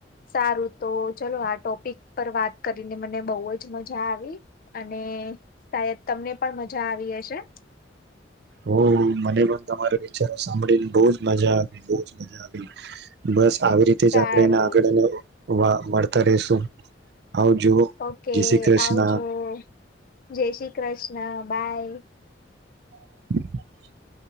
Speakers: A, on the left; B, on the right.
A: સારું તો ચલો આ ટોપિક પર વાત કરીને મને બોવ જ મજા આવી અને સાયદ તમને પણ મજા આવી હશે. <unintelligible>
B: ઓ મને પણ તમારા વિચારો સાંભળીને બો જ મજા આવી બો જ મજા આવી બસ આવી રીતે
A: સારું
B: જ આપણે એને આગળને વા મળતા રેશું આવ જો
A: ઓકે
B: જય શ્રી કૃષ્ણ
A: આવજો જય શ્રી કૃષ્ણ બાય
B: <inaudible>